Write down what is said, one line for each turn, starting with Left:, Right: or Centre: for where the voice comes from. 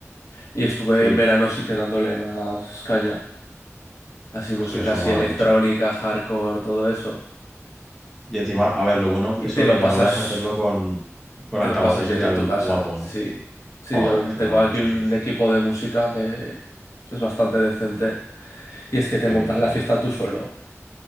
Left: y estuve
Centre: Sí.
Left: en verano sí que dándole más caña. Así música
Centre: Ostras, eso
Left: así
Centre: mola
Left: electrónica,
Centre: mucho.
Left: hardcore, todo eso.
Centre: Y encima, a ver, lo bueno,
Left: Y
Centre: eso
Left: te
Centre: lo
Left: lo
Centre: que
Left: pasas,
Centre: mola es hacerlo con, con
Left: te
Centre: altavoces
Left: lo pasas bien
Centre: y tal
Left: en tu casa.
Centre: guapo,
Left: Sí.
Centre: ¿no?
Left: Sí,
Centre: Joder,
Left: con-
Centre: eso
Left: tengo
Centre: mola mucho,
Left: aquí un
Centre: sí, sí.
Left: equipo de música que es bastante decente. Y es que te
Centre: Qué
Left: montas
Centre: bien, qué
Left: la
Centre: bien.
Left: fiesta tú solo.